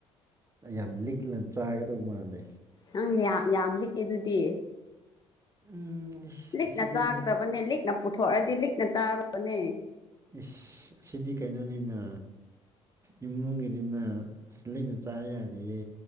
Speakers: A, on the right; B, on the left.
A: ꯌꯥꯝ ꯂꯤꯛꯂ ꯆꯥꯒꯗꯕ ꯃꯥꯜꯂꯦ
B: ꯅꯪ ꯌꯥꯝ ꯌꯥꯝ ꯂꯤꯛꯑꯦ ꯑꯗꯨꯗꯤ
A: ꯎꯝ ꯏꯁ
B: ꯂꯤꯛꯅ
A: ꯑꯁꯤꯗꯤ
B: ꯆꯥꯒꯗꯕꯅꯦ
A: ꯂꯤꯛ
B: ꯂꯤꯛꯅ ꯄꯨꯊꯣꯔꯑꯗꯤ ꯂꯤꯛꯅ ꯆꯥꯒꯗꯕꯅꯦ
A: ꯏꯁ ꯁꯤꯗꯤ ꯀꯩꯅꯣꯅꯤꯅ ꯏꯃꯨꯡꯒꯤꯅꯤꯅ ꯂꯤꯛꯅ ꯆꯥ ꯌꯥꯔꯤꯌꯦ